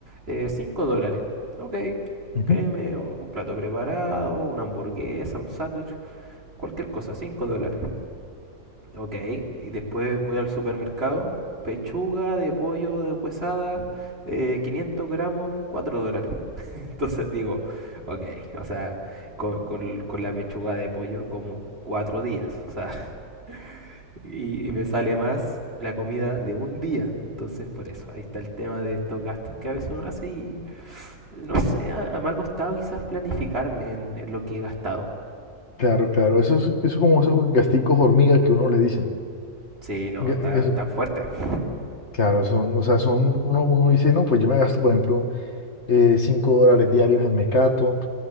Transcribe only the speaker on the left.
Ujú.
Claro, claro. Eso es, eso como esos gasticos hormiga que uno le dicen.
Ga-
gas-
claro, son, o sea, son, uno, uno dice, no, pues yo me gasto, por ejemplo, eh, 5 dólares diarios en Mecato,